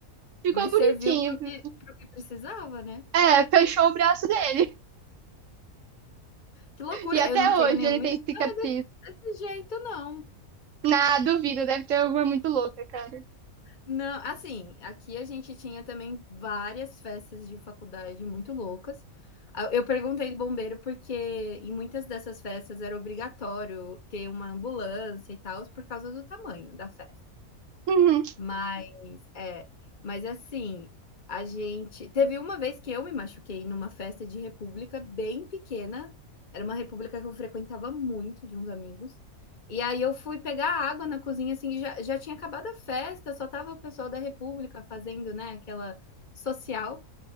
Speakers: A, on the right; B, on the left.
A: Ficou
B: mas
A: bonitinho.
B: serviu pro
A: viu?
B: que, pro que precisava, né?
A: É, fechou o braço dele.
B: Que loucura.
A: E até
B: Eu não tenho
A: hoje
B: nenhuma
A: ele tem
B: história
A: cicatriz.
B: desse, desse jeito, não.
A: Na duvida, deve ter alguma muito louca, cara.
B: Não, assim, aqui a gente tinha também várias festas de faculdade muito loucas. Ah, eu perguntei do bombeiro porque em muitas dessas festas era obrigatório ter uma ambulância e tal por causa do tamanho da festa.
A: Uhum.
B: Mas é, mas assim, a gente teve uma vez que eu me machuquei numa festa de república bem pequena, era uma república que eu frequentava muito de uns amigos, e aí eu fui pegar água na cozinha, assim, já já tinha acabado a festa, só tava o pessoal da república fazendo, né, aquela social,